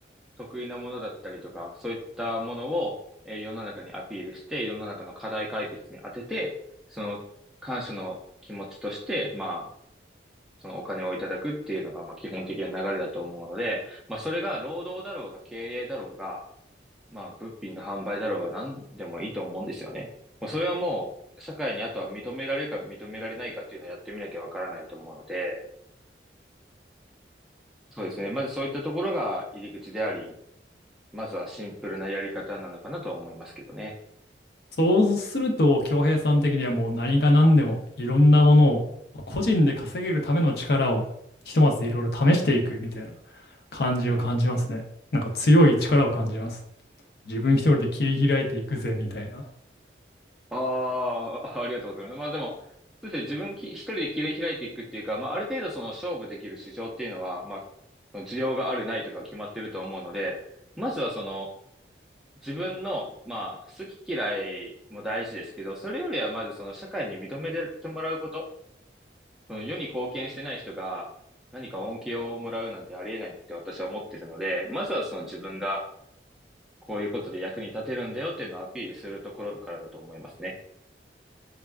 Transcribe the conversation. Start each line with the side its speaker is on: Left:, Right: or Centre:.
Centre: 得意なものだったりとか、そういったものを、えー世の中にアピールして、世の中の課題解決に当てて、その感謝の気持ちとして、まあ、そのお金をいただくっていうのが、まあ、基本的な流れだと思うので、まあ、それが労働だろうが経営だろうが、まあ、物品の販売だろうが何でもいいと思うんですよね。もうそれはもう、社会にあとは認められるか認められないかっていうのをやってみなきゃわからないと思うので、そうですね。まずそういったところが入り口であり、まずはシンプルなやり方なのかなとは思いますけどね。
Left: そうすると、恭平さん的にはもう何が何でもいろんなものをまあ個人で稼げるための力をひとまずいろいろ試していくみたいな感じを感じますね。なんか強い力を感じますね。自分一人で切り開いていくぜみたいな。
Centre: ああ、ありがとうございます。まあでも、そうですね、自分き一人で切り開いていくっていうか、まあある程度その勝負できる市場っていうのは、まあ、その需要があるないとか決まってると思うので、まずはその自分の、まあ好き嫌いも大事ですけど、それよりはまずその社会に認めてもらうこと、その世に貢献してない人が何か恩恵をもらうなんてありえないって私は思ってるので、まずはその自分がこういうことで役に立てるんだよっていうのをアピールするところからだと思いますね。